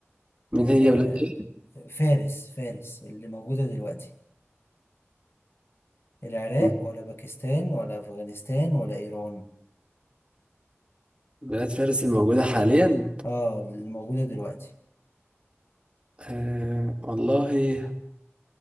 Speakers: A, on the right (about 25°); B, on the left (about 60°).
A: من
B: آه،
A: هي بلاد ايه؟
B: فارس فارس اللي موجودة دلوقتي العراق
A: مم.
B: ولا باكستان ولا أفغانستان ولا إيران
A: بلاد فارس الموجودة حاليا
B: اه اللي موجودة دلوقتي
A: آه والله